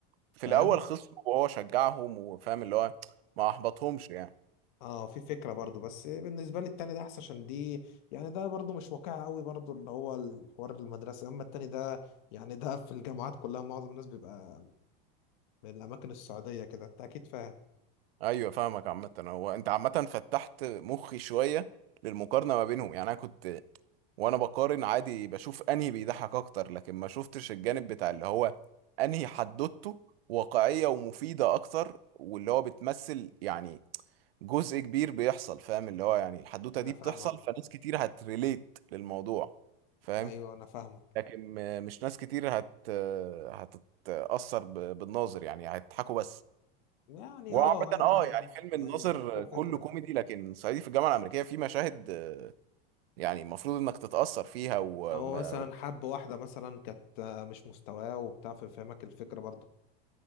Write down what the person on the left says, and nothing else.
فاهم
اه في فكرة برضو بس بالنسبة لي التاني ده احسن عشان دي يعني ده برضو مش واقعي قوي برضو اللي هو الحوار المدرسة اما التاني ده يعني ده في الجامعات كلها معظم الناس بيبقى من الاماكن السعودية كده انت اكيد فاهم
انا
فاهمك
ايوه انا فاهمك
يعني
اه انا
يعني
الضحك هو فكرة
هو
مثلا حب واحدة مثلا كانت آه، مش مستواه وبتاع فاهمك الفكرة برضو